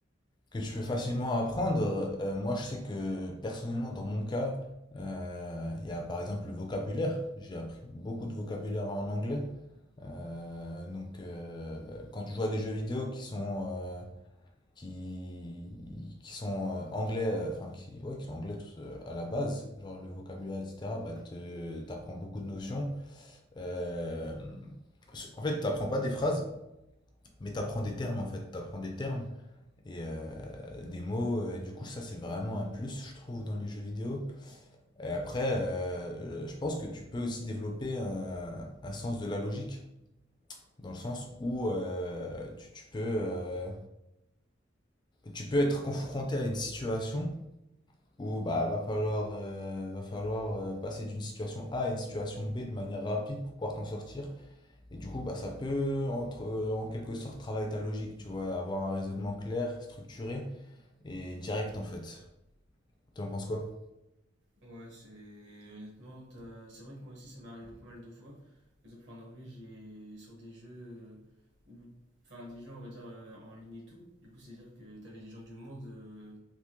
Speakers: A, on the left; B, on the right.
A: que tu peux facilement apprendre. Euh, moi, je sais que personnellement, dans mon cas, euh, il y a par exemple le vocabulaire. J'ai appris beaucoup de vocabulaire en anglais. Euh, donc, euh, quand tu joues à des jeux vidéo qui sont, euh, qui, qui sont euh, anglais, euh, enfin, qui, ouais, qui sont anglais tous, euh, à la base, genre le vocabulaire, etc., bah, te- t'apprends beaucoup de notions. Euh, en fait, t'apprends pas des phrases, mais t'apprends des termes, en fait. T'apprends des termes et euh, des mots. euh, du coup, ça, c'est vraiment un plus, je trouve, dans les jeux vidéo. Et après, euh, je pense que tu peux aussi développer un, un sens de la logique, dans le sens où euh, tu, tu peux, euh, tu peux être confronté à une situation où bah, va falloir, euh, va falloir euh, passer d'une situation A à une situation B de manière rapide pour pouvoir t'en sortir. Et du coup, bah, ça peut, entre, euh, en quelque sorte, travailler ta logique, tu vois, avoir un raisonnement clair, structuré et direct, en fait. Tu en penses quoi?
B: Ouais, c'est honnêtement, t'as- c'est vrai que moi aussi, ça m'est arrivé pas mal de fois. Par exemple, en anglais, j'ai sur des jeux euh, où, enfin, des jeux, on va dire euh, en ligne et tout. Du coup, c'est-à-dire que t'avais des gens du monde euh,